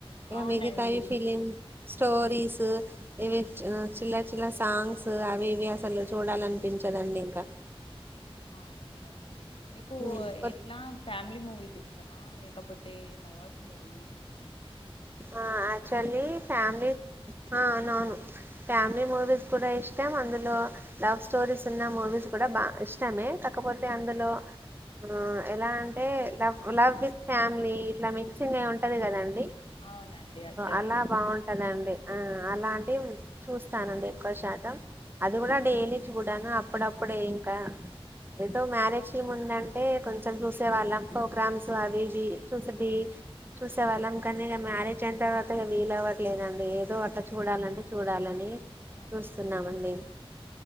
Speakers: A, on the left; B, on the right.
A: అవునండి
B: మెది తారి ఫిలిమ్ స్టోరీస్ ఇవి చిల్ చిల సాంగ్స్ అవి ఇవి అసలు చూడాలనిపించదండి ఇంకా
A: అవును నిజంగానేండి మీకు
B: కొత్త
A: ఎట్లా ఫ్యామిలీ మూవీస్ ఇష్టమా లేక కాకపోతే లవర్స్ మూవీస్
B: ఆ క్చువల్లీ
A: కూడా
B: ఫ్యామిలీ అవునవును ఫ్యామిలీ మూవీస్ కూడా ఇష్టం అందులో లవ్ స్టోరీస్ ఉన్న మూవీస్ కూడా బాగా ఇష్టమే కాకపోతే అందులో ఆ ఎలా అంటే లవ్ లవ్ విత్ ఫ్యామిలీ ఇట్లా మిక్స్ంగ్ ఒది
A: ఇష్టమా?
B: కదండి
A: అవును అవునండి అట్లా
B: అలా
A: ఇష్టమా
B: బాగుంటదండి ఆ అలాంటివి చూస్తానండి ఎక్కువ శాతం అది కూడా
A: ఆ
B: డైలీ చూ చడాను అప్పుడప్పుడే ఇంకా ఏదొ మ్యారేజ్ టీముందంటె అంటే కొంచెం చూసే వాళ్ళం ప్రోగ్రామ్స్ అవి ఇవి చూసటి చూసేవాళ్ళం కానీ ఇక మ్యారేజ్ అయిన తర్వాత ఇక వీలవ్వట్లేదండి ఏదో అట్లా చూడాలండి చూడాలని
A: ఆహా
B: చూస్తున్నామండిీ